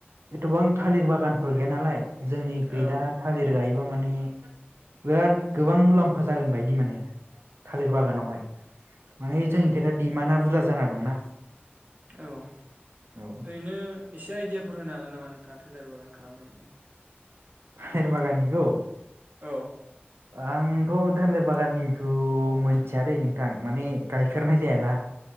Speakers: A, on the right (about 80°); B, on the right (about 45°).
A: एथ'बां थालिर बागानफोर गैया नालाय। जोंनिखै
B: औ
A: दा थालिर गायोबा माने बिराद गोबां मुलाम्फा जागोन बायदि मोनो थालिर
B: औ
A: बागानावहाय माने
B: औ
A: जोंनिखोथा दिमानआ बुरजा। जाना दंना।
B: औ ओरैनो
A: औ
B: एसे आइदिया फोर होनो हागोन नामा नोंथाङा थालिर बागान खालामनायनि?
A: थालिर बागाननिखौ।
B: औ।
A: आंथ' थालिर बागाननिखौ मिथियादै नोंथां माने गायफेरनाय जायाना।